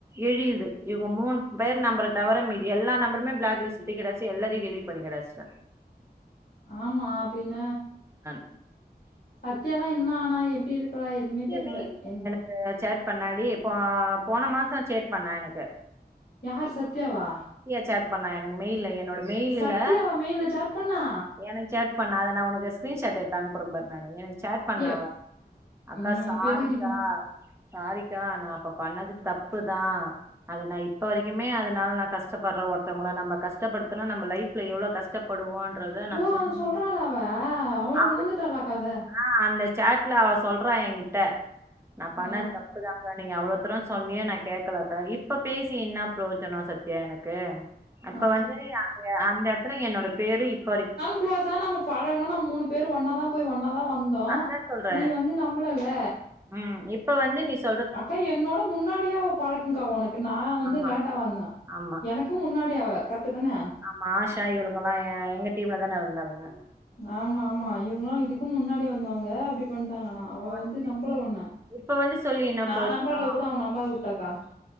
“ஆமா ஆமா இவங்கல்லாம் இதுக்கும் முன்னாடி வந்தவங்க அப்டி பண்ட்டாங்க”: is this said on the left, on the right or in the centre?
Left